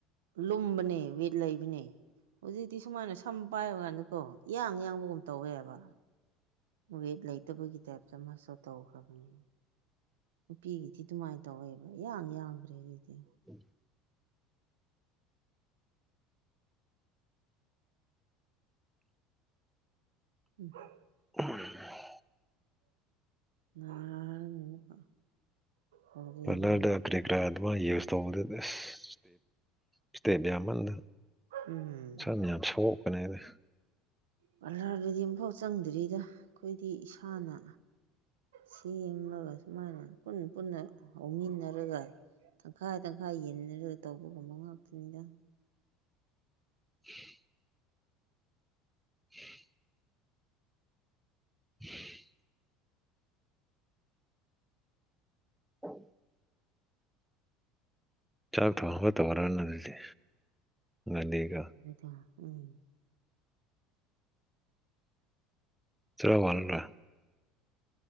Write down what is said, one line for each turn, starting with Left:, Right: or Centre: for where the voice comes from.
Right: ꯂꯨꯝꯕꯅꯦ ꯋꯦꯠ ꯂꯩꯕꯅꯦ ꯍꯧꯖꯤꯛꯇꯤ ꯁꯨꯃꯥꯏꯅ ꯁꯨꯝ ꯁꯝ ꯄꯥꯏꯕ ꯀꯥꯟꯗ ꯀꯣ ꯏꯌꯥꯡ ꯌꯥꯡꯕꯒꯨꯝ ꯇꯧꯋꯦꯕ ꯋꯦꯠ ꯂꯩꯇꯕꯒꯤ ꯇꯥꯏꯞꯇ ꯃꯥꯁꯨ ꯇꯧꯈ꯭ꯔꯕꯅꯦ꯫ ꯅꯨꯄꯤꯒꯤꯗꯤ ꯑꯗꯨꯃꯥꯏꯅ ꯇꯧꯋꯦꯕ ꯏꯌꯥꯡ ꯌꯥꯡꯒ꯭ꯔꯦ ꯍꯧꯖꯤꯛꯇꯤ꯫
Centre: <inaudible>
Right: <inaudible>
Centre: <unintelligible>
Right: ꯉꯔꯥꯡ ꯑꯃꯨꯛꯀ ꯍꯧꯔꯦꯗꯅ
Centre: ꯄꯥꯂꯔꯗ ꯀꯔꯤꯀꯔꯥ ꯑꯗꯨꯃꯥꯏꯅ ꯌꯨꯁ ꯇꯧꯕꯗꯣ ꯑꯁ <unintelligible> ꯏꯁꯇꯦꯠ ꯌꯥꯝꯃꯟꯗ
Right: ꯎꯝ
Centre: ꯁꯝ ꯃꯌꯥꯝ ꯁꯣꯛꯄꯅꯦꯗ꯫
Right: ꯄꯥꯔꯂꯥꯔꯗꯗꯤ ꯑꯃꯝꯐꯥꯎ ꯆꯪꯗ꯭ꯔꯤꯗ ꯑꯩꯈꯣꯏꯗꯤ ꯏꯁꯥꯅ ꯁꯦꯝꯂꯒ ꯁꯨꯃꯥꯏꯅ ꯄꯨꯟꯅ ꯄꯨꯟꯅ ꯍꯧꯃꯤꯟꯅꯔꯒ ꯇꯪꯈꯥꯏ-ꯇꯪꯈꯥꯏ ꯌꯦꯟꯅꯔꯒ ꯇꯧꯕꯒꯨꯝꯕ ꯉꯥꯛꯇꯅꯤꯗ꯫
Centre: <inaudible> <inaudible> <inaudible> <inaudible> ꯆꯥꯛ ꯊꯣꯡꯅꯕ <unintelligible> ꯑꯗꯨꯗꯤ ꯅꯅꯦꯒ
Right: <unintelligible> ꯎꯝ꯫
Centre: ꯆꯥꯔ ꯋꯥꯜꯕ꯭ꯔ?